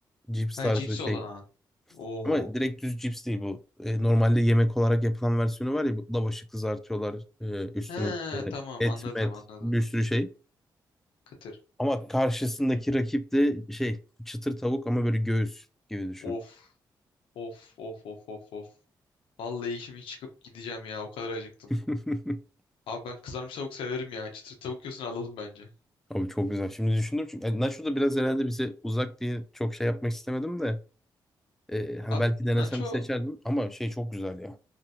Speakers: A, in the centre; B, on the left.
A: cips
B: Ha
A: tarzı
B: cips
A: şey.
B: olan. Oo.
A: Ama direkt düz cips değil bu. E, normalde yemek olarak yapılan versiyonu var ya. bu Lavaşı kızartıyorlar. e, üstüne
B: He
A: işte
B: tamam
A: et,
B: anladım
A: met,
B: anladım.
A: bir sürü şey.
B: Kıtır.
A: Ama karşısındaki rakip de şey çıtır tavuk ama böyle göğüs gibi düşün.
B: Of of of of of of. Vallahi işimi çıkıp gideceğim ya o kadar acıktım.
A: <laughs>
B: Abi ben kızarmış tavuk severim ya. Çıtır tavuk yiyorsun alalım bence.
A: Abi çok güzel. Şimdi düşündüm çünkü yani Nacho da biraz herhalde bize uzak diye çok şey yapmak istemedim de e, hani
B: Abi
A: belki denesem
B: nacho
A: seçerdim ama şey çok güzel ya.